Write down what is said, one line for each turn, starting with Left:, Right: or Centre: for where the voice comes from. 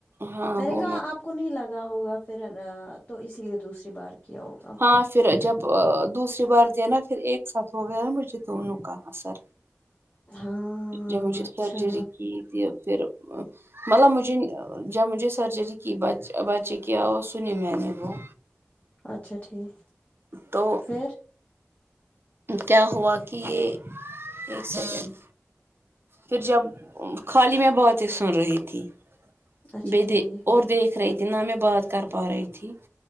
Right: ہاں
Left: میں
Right: وہ
Left: نے کہا آپ کو نہیں لگا ہوگا پھر تو اسی لیے دوسری بار کیا ہوگا
Right: ہاں پھر جب دوسری بار دیا نا پھر ایک ساتھ ہو گیا نا مجھے دونوں کا اثر
Left: ہاں
Right: جب سے
Left: اچھا
Right: سرجری کی تھی پھر مطلب مجھے جب مجھے سرجری کی بچے کیا وہ سنی میں نے وہ
Left: اچھا ٹھیک
Right: تو
Left: پھر
Right: کیا ہوا کہ یہ ایک سیکنڈ پھر جب خالی میں باتیں سن رہی تھی
Left: اچھا
Right: ب
Left: ٹھیک
Right: دیک اور دیکھ رہی تھی نہ میں بات کر پا رہی تھی